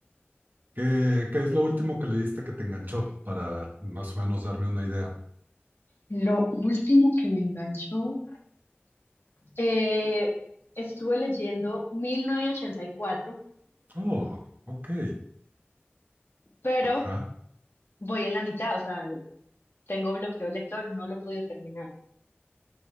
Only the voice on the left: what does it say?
Lo último que me enganchó Eh, estuve leyendo 1984,
pero
voy en la mitad, o sea, tengo bloqueo lector, no lo he podido terminar.